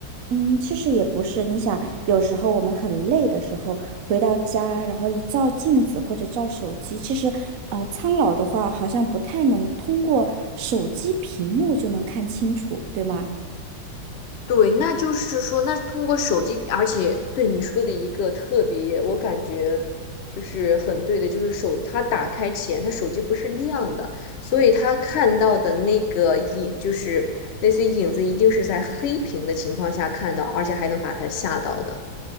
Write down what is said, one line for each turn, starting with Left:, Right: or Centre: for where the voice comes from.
Right: 嗯，其实也不是。你想，有时候我们很累的时候，回到家，然后一照镜子或者照手机，其实，呃，苍老的话好像不太能通过手机屏幕就能看清楚，对吗？
Left: 对，那就是说，那通过手机，而且对你说的一个特别，我感觉就是很对的，就是手，他打开前，他手机不是亮的，所以他看到的那个影，就是类似于影子，一定是在黑屏的情况下看到，而且还能把他吓到的。